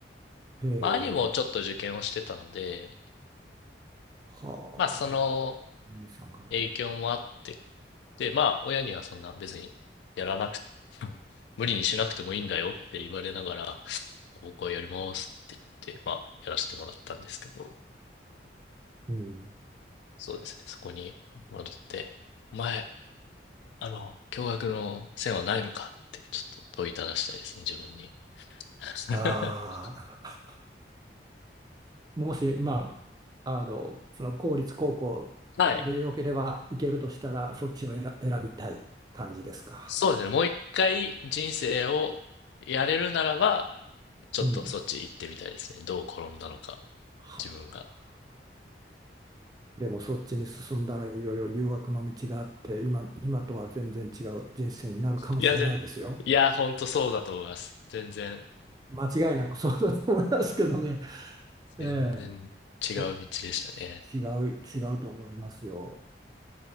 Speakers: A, on the right; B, on the left.
A: へ
B: まあ、兄もちょっと受験をしてたので、
A: え、はあ、
B: まあ、その
A: 兄さんがね。
B: 影響もあって、で、まあ、親にはそんな別にやらなく、無理にしなくてもいいんだよって言われながら、僕はやりますって言って、まあ、やらせてもらったんですけど、
A: うん。
B: そうですね、そこに戻って、お前、あの、驚愕の線はないのかってちょっと問いただしたいですね、自分に。<laughs>
A: ああ、もし、まあ、あの、その公立高校でよければ行けるとしたら、
B: はい。
A: そっちを選、選びたい感じですか。
B: そうですね。もう一回人生をやれるならば、ちょっとそっち行ってみたいですね。
A: うん。
B: どう転んだのか、
A: はあ、
B: 自分が。
A: でも、そっちに進んだらいろいろ誘惑の道があって、今、今とは全然違う人生になるかもしれないですよ。
B: いや、ぜ、いや、ほんとそうだと思います。全然、
A: 間違いなく <laughs> そうだと思いますけどね。
B: 全然違う道でしたね。
A: ええ、で、違う、違うと思いますよ。